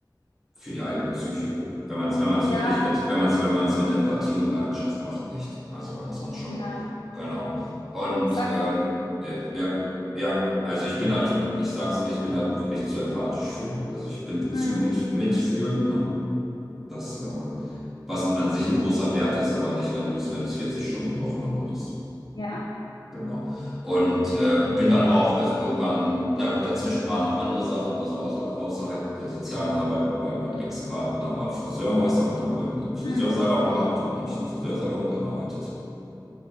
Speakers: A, in the centre; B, on the left.
A: Für die eigene Psyche. Wenn man es, wenn man es wirklich
B: Ja,
A: mit, wenn man es, wenn man es mit Empathie und Leidenschaft macht, nicht. Also da muss man schon,
B: ja,
A: genau. Und
B: sagst
A: ähm,
B: du? so.
A: ja, ja, ja. also ich bin da, ich, ich sag's dir, ich bin da wirklich zu empathisch für. Also ich bin zu
B: Mhm.
A: mit, mitfühlend, ne? Das, äh, was an sich ein großer Wert ist, aber nicht, wenn du es, wenn du es 40 Stunden die Woche machen musst.
B: Ja,
A: Genau. Und äh, bin dann auch, also irgendwann, na gut, dazwischen waren noch andere Sachen, also außer, außerhalb der sozialen Arbeit, weil mein Ex-Partner war Friseurmeister und dann haben wir einen Friseursalon
B: mhm.
A: gehabt und dann habe ich im Friseursalon gearbeitet.